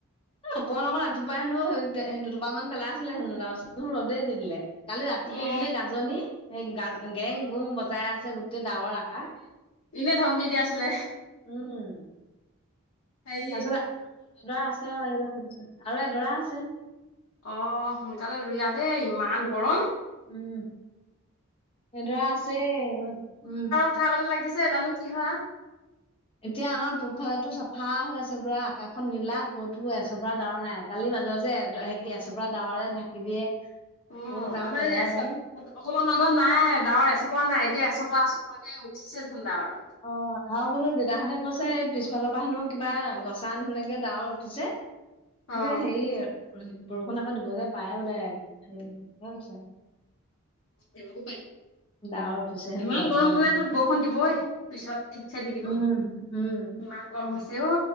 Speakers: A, on the left (about 25°); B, on the left (about 80°).
A: অকন অকন ৰাতিপুৱাই হেনো সেই দুটোপাল মান পেলাই আছিলে হেনো তাৰপাছত ৰ'দে দি দিলে। কালি ৰাতিটো
B: অ',
A: ইপিনে গাজনি, এই গ-গেং গুং বজাই আছে, গোটেই ডাৱৰ আকাশ।
B: এনেই ধমকি দি আছিলে।
A: উম।
B: হেৰি
A: তাৰপিছত এডৰা আছে আৰু এডৰা থৈ দিছোঁ আৰু এডৰা আছে।
B: অ' সোনকালে ৰুই আহ দেই, ইমান গৰম।
A: উম। এডৰা আছেই, উম।
B: কথা <unintelligible> লাগিছে জানো কি হয়।
A: এতিয়া আমাৰ পূবফালেটো চাফা হৈ আছে, পুৰা আকাশখন নীলা, ক'তো আছে পুৰা ডাৱৰ নাই। কালি মাজে মাজে এ, সেই কেছৰ পৰা ডাৱৰে ঢাকি দিয়ে। আকৌ
B: অ'
A: যাওঁ
B: আমাৰ
A: তেনেকুৱা
B: এই এছ
A: কৰো
B: অসমৰ নগত নাই, ডাৱৰ এচপাওঁ নাই, এতিয়া এচপা এচপাকে উঠিছে দেখোন ডাৱৰ।
A: অ' আৰু কিন্তু দেউতাহঁতে কৈছে এই পিছফালৰ পৰা হেনো কিবা গছা সেনেকে ডাৱৰ উঠিছে। বোলে
B: অ',
A: হেৰি বৰষুণ আকৌ দিবগে পায় বোলে হেৰি কৈছে।
B: দিবও পাৰে
A: ডাৱৰ উঠিছে হেনো
B: ইমান
A: গছা
B: গৰম
A: নিচিনা।
B: হ'লেতো বৰষুণ দিবই পিছত। ঠিকছে দি দিব।
A: উম উম।
B: ইমান গৰম হৈছে অ